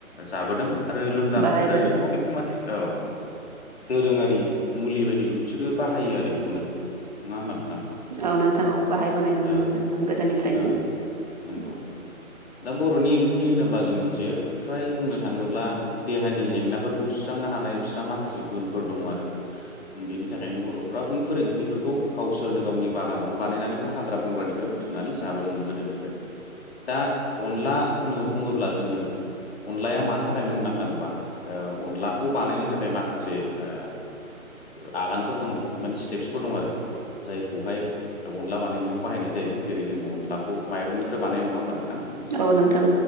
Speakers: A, on the left; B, on the right.
A: जाबोदों आरो लोमजानाय
B: बाहायबोदों
A: साजानाय समाव बेखौ माने औ। दोरोङारि मुलि बायदिबो बिसोरो बाहायो आरो बेखौनो नङा होमबा नोंथां
B: औ नोंथां औ बाहायबोनाय नुनो
A: औ
B: मोनदों जों गोदोनिफ्रायनो
A: औ नंगौ दा बर'नि ओंख्रि होनोब्ला जों मोनथियो फ्राय बुंनो थाङोब्ला देहानि जेंनाफोरखौ सुस्रांनो हानाय बिस्रा माखासे गुनफोर दं आरो बेनि थाखायनो बरफ्रा बैफोर ओंख्रिफोरखौ गावसोरनो गावनि बागानाव बानायनानै बा हाग्रा बंग्रानिफ्राय बुथुमनानै जाबोदोंमोन गोदोनिफ्राय दा अनला बुङोब्ला जोङो अनलाया मानि थाखाय मुंदांखा होनबा ओ अनलाखौ बानायनो थाखाय माखासे ओ आगानफोर दङ माने स्टेपसफोर दङ आरो जायखौहाय अनला बानायनायाव बाहायनाय जायो जेरै जों अनलाखौ माइरंनिफ्राय बानाय नङा होनबा नोंथां
B: औ नोंथां